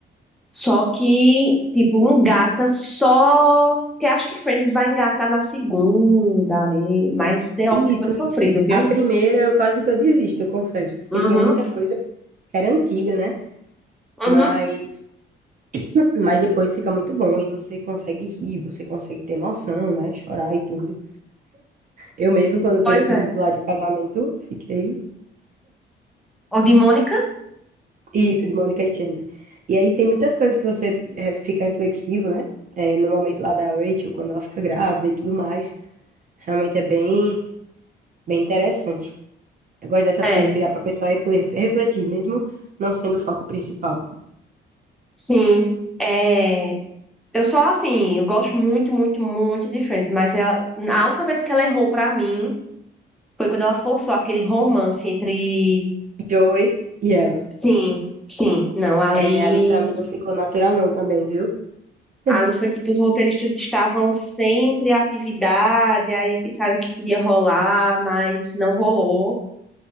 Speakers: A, in the centre; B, on the right.
A: Só que, tipo, um gata só. Que acho que Friends vai engatar na segunda ali. Mas The
B: Isso,
A: Office foi sofrido,
B: isso.
A: viu?
B: A primeira eu quase que eu desisto, eu confesso, porque
A: Uhum,
B: tinha muita coisa que era antiga, né?
A: uhum.
B: Mas, <clears throat> mas depois fica muito bom e você consegue rir, você consegue ter emoção, né? Chorar e tudo. Eu mesmo, quando teve
A: Pois
B: o pedido
A: é.
B: lá de casamento, fiquei
A: O de Mônica?
B: Isso, de Mônica e Chandler. E aí tem muitas coisas que você eh, fica reflexivo, né? É, no momento lá da Rachel, quando ela fica grávida e tudo mais. Realmente é bem, bem interessante. Eu gosto dessas
A: É.
B: coisas que dá pra pessoa refle- refletir, mesmo não sendo o foco principal.
A: Sim. É. Eu só, assim, eu gosto muito, muito, muito de Friends. Mas ela... a única vez que ela errou pra mim foi quando ela forçou aquele romance entre
B: Joey e ela.
A: Sim, sim. Não, ali,
B: É, ali pra mim não ficou natural não também, viu? <laughs>
A: ali foi tipo, os roteiristas estavam sem criatividade, aí pensaram que podia rolar, mas não rolou.